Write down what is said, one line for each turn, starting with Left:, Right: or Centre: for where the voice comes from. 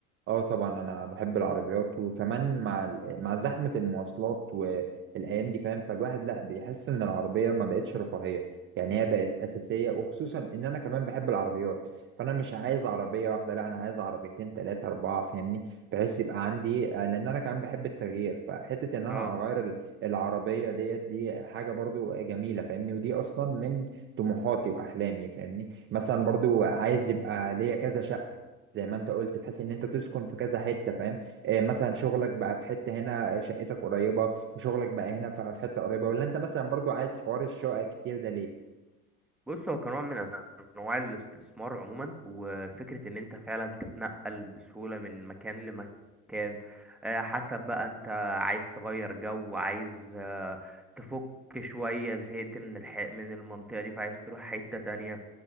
Right: اه طبعا انا بحب العربيات وكمان مع ال- مع زحمه المواصلات والايام دي فاهم فالواحد لا بيحس ان العربيه ما بقتش رفاهيه يعني هي بقت
Centre: مم.
Right: اساسيه وخصوصا ان انا كمان بحب العربيات فانا مش عايز عربيه واحده لا انا عايز عربيتين ثلاثه اربعه فاهمني بحيث يبقى عندي آه، لان انا كمان بحب التغيير فحته ان انا
Centre: اه
Right: اغير ال- العربيه ديت دي حاجه برضو جميله فاهمني ودي اصلا من طموحاتي واحلامي فاهمني مثلا برضو عايز يبقى ليا كذا شقه زي ما انت قلت بحيث ان انت تسكن في كذا حته فاهم آه مثلا شغلك
Centre: طيب.
Right: بقى في حته هنا آه، شقتك قريبه وشغلك بقى هنا في في حته قريبه ولا انت مثلا برضو عايز حوار الشقق كتير ده ليه
Centre: بص هو كنوع من انواع الاستثمار عموما وفكره ان انت فعلا تتنقل بسهوله من مكان لمكان آه، حسب بقى انت عايز تغير جو عايز آه، تفك شويه زهقت من الح... من المنطقه دي فعايز تروح حته تانية